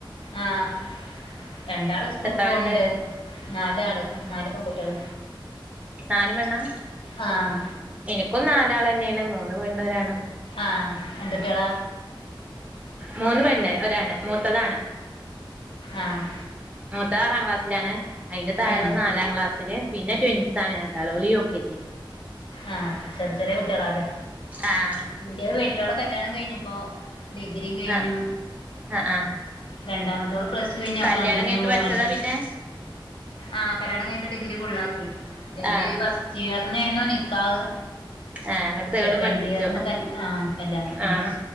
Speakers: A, on the left (about 75°); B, on the right (about 15°).
A: ആഹ് രണ്ടാള് സ്കൂൾക്ക്
B: എത്ര ആളുണ്ട്
A: പോവ്ണ്ട് നാലാള് നല് പെൺകുട്ടികള
B: നല് പെണ്ണാ
A: ആഹ്
B: എനിക്കും നാലാളെന്നെയാണ് മൂന്ന് പെണ്ണും ഒരാണും
A: ആഹ് എന്തുട്ടിയള?
B: മൂന്ന് പെണ്ണ് ഒരാണ് മൂത്തതാണ്
A: ആഹ്
B: മൂത്തത് ആറാം ക്ലാസ്സിലാണ്, അതിന്റെ താഴെള്ളെ
A: ഏഹ്
B: നാലാം ക്ലാസ്സില് പിന്നെ ട്വിൻസ്സാണ് രണ്ടാള് ഓല് യുകെജി
A: ആഹ് ചെറി ചെറിയ കുട്ടികളാല്ലോ.
B: ആഹ്
A: ഇൻ്റത് വല്ലിയോളെ കല്യാണം കഴിഞ്ഞിപ്പോ ഡിഗ്രി കഴിഞ്ഞു.
B: ആഹ് ആഹ് ആഹ്
A: രണ്ടാമത്തോള് പ്ലസ് ടു കഴിഞ്ഞ്
B: കല്യാണം
A: അകാണ്ടിങ്ങ്ന്
B: കഴിഞ്ഞിട്ട്
A: പോവാണ്
B: പഠിച്ചതാ പിന്നെ
A: ആഹ് കല്യാണം കഴിഞ്ഞിട്ട് ഡിഗ്രി ഫുള്ളാക്കി. ഡിഗ്രി
B: ആഹ്
A: ഫസ്റ്റ് ഇയറ്ന്നെയു നി ക്കാഹ്
B: ആഹ് അങ്ങട്ട് തേർഡും
A: സെക്കൻഡ്
B: പഠിപ്പിച്ചു
A: ഇയറ്ന്ന് കൽ ആഹാ കല്യാണം
B: ആഹ്